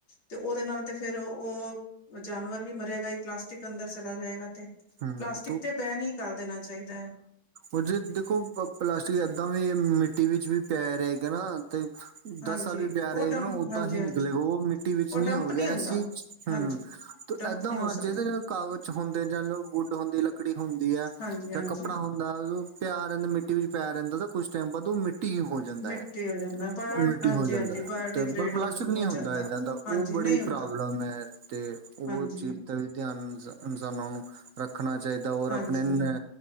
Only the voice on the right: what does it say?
ਹਮ
ਉਝ ਦੇਖੋ, ਪਲਾਸਟਿਕ ਏਦਾਂ ਵੀ ਮਿੱਟੀ ਵਿੱਚ ਵੀ ਪੈ ਰਹੇਗਾ ਨਾ ਤੇ
ਦਸ ਸਾਲ ਵੀ ਪਿਆ
ਰਹੇਗਾ
ਨਾ ਓਦਾਂ
ਹੀ
ਨਿਕਲੇਗਾ ਓ ਮਿੱਟੀ ਵਿੱਚ
ਨੀ
ਹੋ
ਐਸੀ ਚੀਜ਼ ਚ ਹਾਂ,
ਤੇ
ਏਦਾਂ
ਹੋਣਾ
ਚਾਈਦਾ
ਜਿਵੇ ਕਾਗਜ਼ ਚ ਹੁੰਦੇ ਜਾਂ ਬੂ ਚ ਹੁੰਦੀ ਲੱਕੜੀ ਹੁੰਦੀ ਐ
ਜਾਂ ਕੱਪੜਾ ਹੁੰ ਹੁੰਦਾ ਓ ਪਆ ਰੈਂਦਾ ਮਿੱਟੀ ਵਿੱਚ ਪਆ ਰੈਂਦਾ ਤਾਂ ਕੁਛ ਟੈਮ ਬਾਦ ਓ ਮਿੱਟੀ ਈ ਹੋ ਜਾਂਦਾ
ਆ,
ਓ ਮਿੱਟੀ
ਹੋ ਜਾਂਦਾ
ਐ ਪਰ ਪਲਾਸਟਿਕ
ਨਈ
ਹੁੰਦਾ
ਏਦਾਂ ਦਾ
ਓ ਬੜੀ
ਪ੍ਰੋਬਲਮ ਐ ਤੇ ਓ
ਚੀਜ਼ਾਂ ਦਾ ਵੀ ਧਿਆਨ ਇ ਇਨਸਾਨਾਂ ਨੂੰ ਰੱਖਣਾ ਚਾਈਦਾ ਔਰ
ਆਪਣੇ ਨੇ